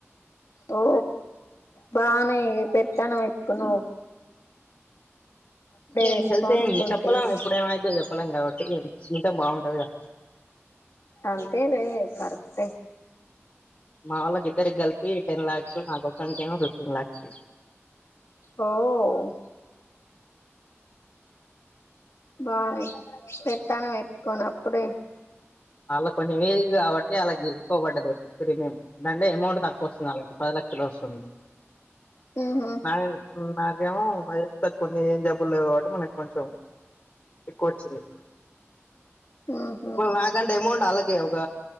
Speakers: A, on the left; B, on the left.
A: ఓ బానే పెట్టాను ఎతుకున్నావ్
B: <unintelligible>
A: రెస్పాన్సిబిలిటీస్
B: చెప్పలేం ఎప్పుడు ఏమవుద్దో చెప్పలేం కాబట్టి ఇంటే బాగుంటదిగ
A: అంతేలే కరక్టే
B: మా వాళ్ళకి ఇద్దరికి కలిపి టెన్ లాక్స్ నాక్కు ఒక్కణికేమో ఫిఫ్టీన్ లాక్స్
A: ఓ బానే పెత్తనం యెతుకోనప్పుడే
B: ఆళ్ళకి కొంచెం ఏజ్కి కాబట్టే ఆళ్ళకి ఎక్కువ బడ్డది ప్రీమియం దాంట్లో ఎమౌంట్ తక్కువ వస్తుంది ఆళ్ళకి పది లక్షలే వస్తుంది
A: ఉహు
B: <unintelligible> నాకేమో ఏజ్ తకువుంది ఏం జబ్బులు లేవు కాబట్టి మనకు కొంచెం ఎక్కువ వచ్చింది
A: ఉహు
B: ఇప్పుడు నాకంటే ఎమౌంట్ ఆళకే ఒక్క